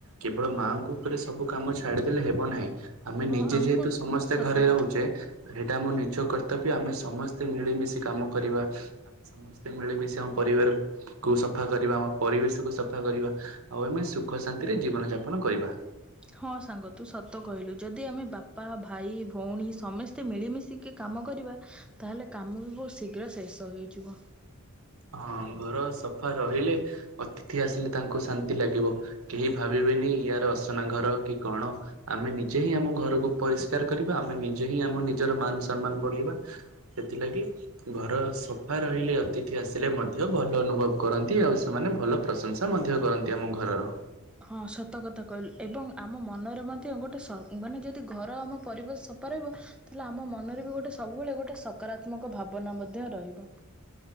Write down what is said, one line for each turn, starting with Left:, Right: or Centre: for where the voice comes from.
Right: କେବଳ ମାଆଙ୍କ ଉପରେ ସବୁ କାମ ଛାଡିଦେଲେ ହେବ ନାହିଁ। ଆମେ
Centre: ହଁ
Right: ନିଜେ
Centre: ଆମକୁ
Right: ଯେହେତୁ ସମସ୍ତେ
Centre: ସତ
Right: ଘରେ
Centre: କଥା
Right: ରହୁଛେ। ସେଇଟା ଆମ ନି ଜ କର୍ତ୍ତବ୍ୟ ଆମେ ସମସ୍ତେ ମିଳିମିଶି କାମ କରିବା। ସମସ୍ତେ ମିଳିମିଶି ଆମ ପରିବାରକୁ କୁ ସଫା କରିବା। ଆମ ପରିବେଶ କୁ ସଫା କରିବା। ଆଉ ଆମେ ସୁଖ ଶାନ୍ତିରେ ଜୀବନ ଯାପନ କରିବା।
Centre: ହଁ ସାଙ୍ଗ ତୁ ସତ କହିଲୁ ଯଦି ଆମେ ବାପା ଭାଇ ଭଉଣୀ ସମସ୍ତେ ମିଳିମିଶିକି କାମ କରିବା ତାହେଲେ କାମ ବି ବହୁତ ଶୀଘ୍ର ଶେଷ ହେଇଯିବ।
Right: ହଁ ଘର ସଫା ରହିଲେ ଅତିଥି ଆସିଲେ ତାଙ୍କୁ ଶାନ୍ତି ଲାଗିବ। କେହି ଭାବିବେନି ୟାର ଅସନା ଘର କି କଣ। ଆମେ ନିଜେ ହିଁ ଆମ ଘରକୁ ପରିଷ୍କାର କରିବା। ଆମେ ନିଜେ ହିଁ ଆମ ନିଜର ମାନ ସମ୍ମାନ ବଢେଇବା। ସେଥିଲାଗି ଘର ସଫା ରହିଲେ ଅତି ଅତିଥି ଆସିଲେ ମଧ୍ୟ ଭଲ ଅନୁଭବ କରନ୍ତି ଆଉ ସେମାନେ ଭଲ ପ୍ରଶଂସା ମଧ୍ୟ କରନ୍ତି ଆମ ଘରର।
Centre: ହଁ ସତ କଥା କହିଲେ ଏବଂ ଆମ ମନରେ ମଧ୍ୟ ଗୋଟେ ସ ମାନେ ଯଦି ଘର ଆମ ପରିବେଶ ସଫାରହିବ ତାହେଲେ ଆମ ମନରେ ବି ଗୋଟେ ସବୁବେଳେ ଗୋଟେ ସକାରାତ୍ମକ ଭାବନା ମଧ୍ୟ ରହିବ।